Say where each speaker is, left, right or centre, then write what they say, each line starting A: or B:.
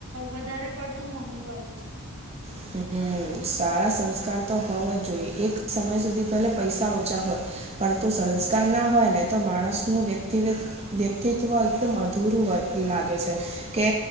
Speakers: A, on the right; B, on the right.
A: વધારે પડતું મહત્વનું છે.
B: <inaudible> સારા સંસ્કાર તો હોવ જ જોઈએ એક સમય સુધી પેલા પૈસા ઓછા હોય પરંતુ સંસ્કાર ના હોયને તો માણસનું વ્યક્તિ વ્યક્તિત્વ એકદમ અધૂરું હોય લાગે છે કે